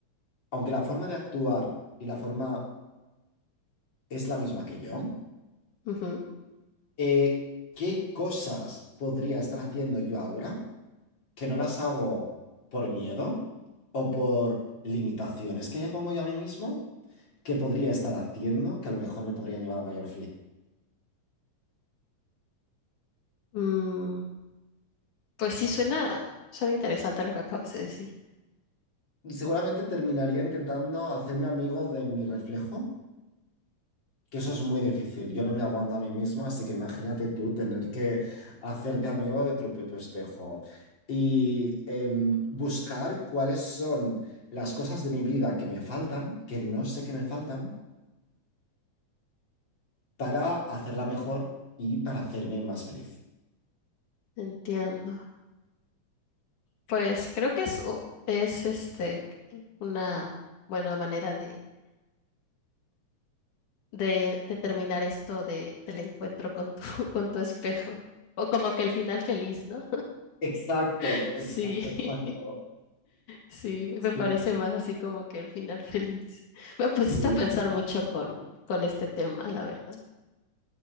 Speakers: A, on the left (about 35°); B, on the left (about 85°).
A: aunque la forma de actuar y la forma es la misma que yo,
B: ujú.
A: eh, ¿qué cosas podría estar haciendo yo ahora que no las hago por miedo o por limitaciones que me pongo yo a mí mismo? qué podría estar haciendo, que a lo mejor me podrían llevar a mayor
B: Mm, pues sí, suena, suena interesante lo que acabas de decir.
A: Y seguramente terminaría intentando hacerme amigo de mi reflejo, que eso es muy difícil. Yo no me aguanto a mí mismo, así que imagínate tú tener que hacerte amigo de tu propio espejo y em, buscar cuáles son las cosas de mi vida que me faltan, que no sé que me faltan, para hacerla mejor y para hacerme más feliz.
B: Entiendo. Pues creo que es, u- es este, una buena manera de, de, de terminar esto de, del encuentro con tu, <laughs> con tu espejo. O como que el final feliz, ¿no?
A: Exacto,
B: <laughs>
A: exacto,
B: Sí.
A: exacto.
B: Sí,
A: Sí,
B: me parece más así como que el final <laughs> feliz. Me pusiste
A: muy bien.
B: a pensar mucho con, con este tema, la verdad.